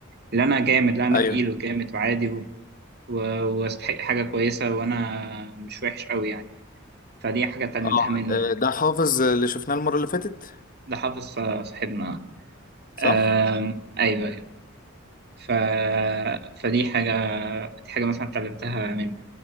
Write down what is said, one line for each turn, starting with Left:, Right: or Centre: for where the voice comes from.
Right: اللي انا جامد لا انا
Left: ايوه
Right: تقيل وجامد وعادي و- و- واستحق حاجه كويسه وانا مش وحش قوي يعني فدي حاجه اتعلمتها
Left: اه
Right: منه
Left: آه، ده حافظ اللي شفناه المره اللي فاتت
Right: ده حافظ ص- صاحبنا
Left: صح
Right: آه ايوه ايوه ف... فدي حاجه دي حاجه مثلا اتعلمتها منه